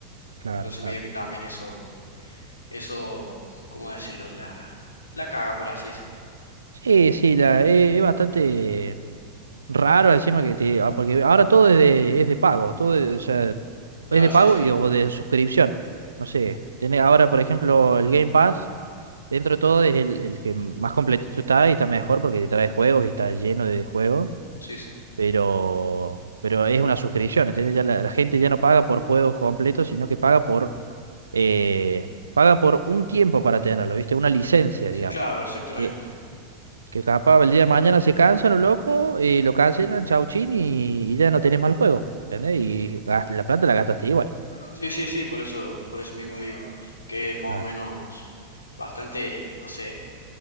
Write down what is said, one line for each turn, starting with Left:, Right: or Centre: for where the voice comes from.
Right: Claro,
Left: Entonces
Right: claro.
Left: medio que también eso, eso, ¿cómo decirlo? La, la caga, por así decirlo.
Right: Sí, sí, la, eh, es bastante raro encima que te... ah, Porque ahora todo es de, es de pago, todo es, o sea,
Left: Claro,
Right: es de
Left: sí,
Right: pago
Left: sí,
Right: y, o de suscripción. No sé, tenés ahora por ejemplo el Game Pass dentro de todo es el, el que más completito está y está mejor porque te trae juegos y está lleno de juegos,
Left: sí, sí.
Right: pero, pero es una suscripción, ¿entendés? Ya la, la gente ya no paga por juegos completos, sino que paga por, eh, paga por un tiempo para tenerlo, ¿viste? Una licencia, digamos.
Left: Claro, exactamente.
Right: Que, que capaz el día de mañana se cansan los locos, y lo cancelan, chau chin, y, y ya no tenés más el juego, ¿entendés? Y gas- la plata la gastaste igual.
Left: Sí, sí, sí, por eso, por eso mismo digo, que es
Right: Claro.
Left: más o menos bastante, no sé.